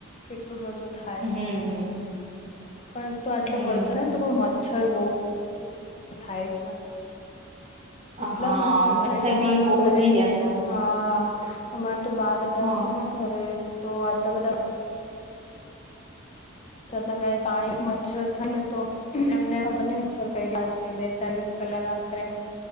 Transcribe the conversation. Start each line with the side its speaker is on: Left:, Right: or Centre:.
Left: કેટલું બધું થાય.
Right: હમ હમ
Left: પણ એક તો આટલો
Right: હમ
Left: વરસાદને તો મચ્છર બહુ થાય છે. એટલા
Right: હા
Left: મચ્છર થાય છે અમારે
Right: બી
Left: તો
Right: બહુ
Left: ઘરે
Right: વધી ગયા છે હમણાં.
Left: હા. અમારે તો બાર અદા
Right: હા
Left: છે ને ઘરે તો આટલા બધા છતના કાઈ પાણી મચ્છર થાય ને તો એમને ખબર નઈ મચ્છર કરડ્યા હશે બે ચાર દિવસ પેલા રાત્રે